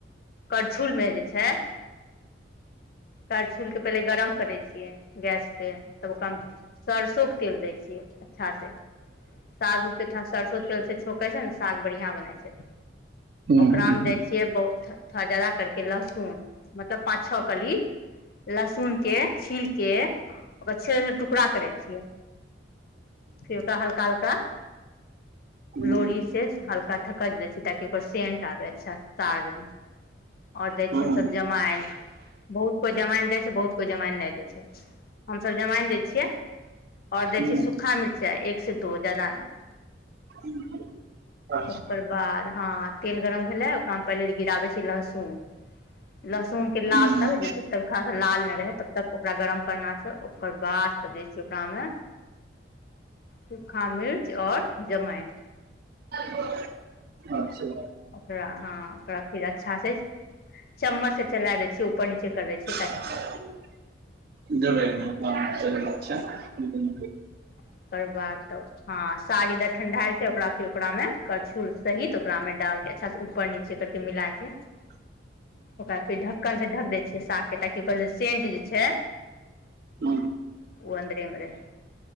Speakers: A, on the left; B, on the right.
A: करछुल मे जेत छै करछुल के पहिले गरम करै छियै गैस पे तब ओकरा मे सरिसो केँ तेल दै छियै अच्छा से साग उग केँ थ सरसो तेल से छौक छै नऽ साग बढ़िया बने छै
B: हुँ
A: ओकरा मे दे से बहुत जादा करकेँ लहसुन मतलब पाँच छ कली लहसुन केँ छील केँ ओक छ टुकड़ा करै छियै फेर ओकरा हल्का हलका
B: हुँ
A: लोढ़ीसे हल्का थकचि दै छिये ताकि ओकर सेंट आबै अच्छा से सागमे आओर दै छियै
B: हुँ
A: हमसभ जमाइन बहुत कोइ जमाइन दै छै बहुत कोइ जमाइन नहि दै छै हम सब जमाइन दय छियै और दय
B: हुँ
A: छीयै सूखा मिर्चाई एक से दो ज्यादा नै
B: <inaudible> अच्छा
A: ओकर बाद हँ तेल गरम भेलै ओकरा मे पहिले गिराबे छिये लहसुन लहसुन केँ लाल
B: हुँ
A: तक जबतक खासा लाल नहि रहे तबतक ओकरा गरम करना छै ओकर बाद तब दैय छिये ओकरा मे सूखा मिर्च और जमाइन
B: <unintelligible> अच्छा
A: ओकरा ह ओकरा फिर अच्छा से चम्मच से चला देै छिये ऊपर नीचे कऽ दै छी
B: <unintelligible>
A: ओकर बाद तब हँ साग इधर ठण्डाइ छै ओकरा फिर ओकरामे करछुल सहित ओकरामे डालिककेँ अच्छासँ उपर नीचे करिकेँ मिलाकेँ
B: <inaudible>
A: ओकरा फेर ढक्कनसँ ढक दै छियै साग केँ ताकि ओकर सेंट जे छै
B: हूँ
A: उ अन्दरे रहै